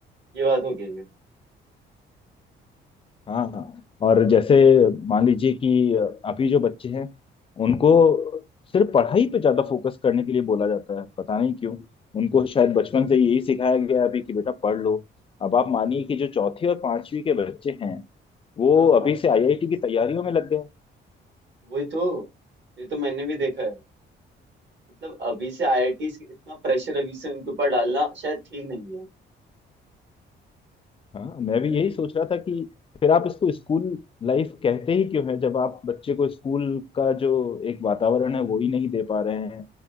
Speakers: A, on the right (about 65°); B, on the left (about 25°).
A: ये बात हो गई है
B: हाँ और जैसे मान लीजिए कि अभी जो बच्चे हैं उनको सिर्फ पढ़ाई पे ज्यादा फोकस करने के लिए बोला जाता है पता नहीं क्यों उनको शायद बचपन से यही सिखाया गया है अभी कि बेटा पढ़ लो अब आप मानिए कि जो चौथी और पांचवी के बच्चे हैं वो
A: हाँ हाँ
B: अभी से आईआईटी की तैयारियों में लग गए
A: वही तो ये तो मैंने भी देखा है मतलब अभी से आईआईटी इतना प्रेशर अभी से उनके ऊपर डालना शायद ठीक नहीं है
B: हाँ मैं भी यही सोच रहा था कि फिर आप इसको स्कूल लाइफ कहते ही क्यों है जब आप बच्चे को स्कूल का जो एक वातावरण है वो ही नहीं दे पा रहे हैं